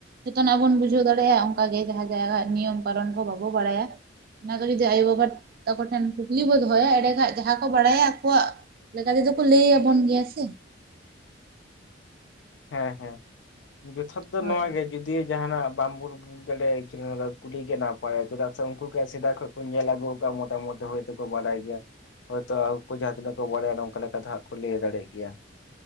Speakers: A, on the right (about 50°); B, on the left (about 65°).
A: ᱡᱚᱛᱚᱱᱟᱜ ᱵᱚᱱ ᱵᱩᱡᱷᱟᱹᱣ ᱫᱟᱲᱮᱭᱟᱜᱼᱟ ᱚᱝᱠᱟ ᱜᱮ ᱡᱟᱦᱟᱸ ᱡᱟᱭᱜᱟᱜ ᱱᱤᱭᱚᱢ ᱠᱟᱨᱚᱱ ᱠᱚ ᱵᱟᱵᱚ ᱵᱟᱲᱟᱭᱟ᱾ ᱚᱱᱟ ᱜᱮ ᱡᱩᱫᱤ ᱟᱭᱳ ᱵᱟᱵᱟ ᱛᱟᱠᱳ ᱴᱷᱮᱱ ᱠᱩᱠᱞᱤ ᱵᱚ ᱫᱚᱦᱚᱭᱟ ᱮᱸᱰᱮ ᱠᱷᱟᱡ ᱡᱟᱦᱟᱸ ᱠᱚ ᱵᱟᱲᱟᱭᱟ ᱟᱠᱚᱣᱟᱜ ᱞᱮᱠᱟ ᱛᱮᱫᱚ ᱠᱚ ᱞᱟᱹᱭ ᱟᱵᱚᱱ ᱜᱮᱭᱟ ᱥᱮ᱾
B: ᱦᱮᱸ ᱦᱮᱸ ᱡᱚᱛᱷᱟᱛ ᱫᱚ
A: ᱦᱳᱭ
B: ᱱᱚᱣᱟ ᱜᱮ ᱡᱚᱫᱤᱭᱳ ᱡᱟᱦᱟᱱᱟᱜ ᱵᱟᱢ ᱩᱨᱩᱵᱩ ᱵᱩᱡ ᱫᱟᱲᱮᱭᱟ ᱮᱠᱪᱩᱭᱮᱞᱤ ᱱᱚᱣᱟᱫᱚ ᱠᱩᱞᱤ ᱜᱮ ᱱᱟᱯᱟᱭᱟ ᱪᱮᱫᱟᱜ ᱥᱮ ᱩᱱᱠᱩ ᱜᱮ ᱥᱮᱫᱟᱭ ᱠᱷᱚᱡ ᱠᱚ ᱧᱮᱞ ᱟᱹᱜᱩ ᱠᱟᱜᱼᱟ ᱢᱚᱴᱟᱢᱩᱴᱤ ᱦᱳᱭ ᱛᱮᱠᱚ ᱵᱟᱲᱟᱭ ᱜᱮᱭᱟ ᱦᱚᱭᱛᱳ ᱟᱝᱠᱩ ᱡᱟᱦᱟᱸ ᱛᱤᱱᱟᱹᱜ ᱠᱚ ᱵᱟᱲᱟᱭᱟ ᱱᱚᱝᱠᱟ ᱞᱮᱠᱟᱛᱮ ᱦᱟᱸᱜ ᱠᱚ ᱞᱟᱹᱭ ᱫᱟᱲᱮᱭᱟᱜ ᱜᱮᱭᱟ᱾